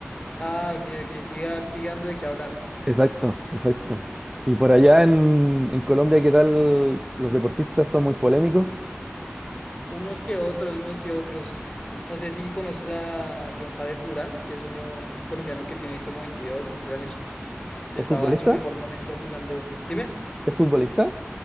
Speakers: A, on the left; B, on the right.
A: Ah, ok, ok, siga- sigue dando de qué hablar.
B: Exacto, exacto. Y por allá en, en Colombia, ¿qué tal? Los deportistas son muy polémicos.
A: Unos que otros, unos que otros. No sé si conoces a John Jader Durán, que es uno, un colombiano que tiene como 22, 23 años, que
B: ¿Es
A: estaba
B: futbolista?
A: en su mejor momento jugando. Dime,
B: ¿Es futbolista?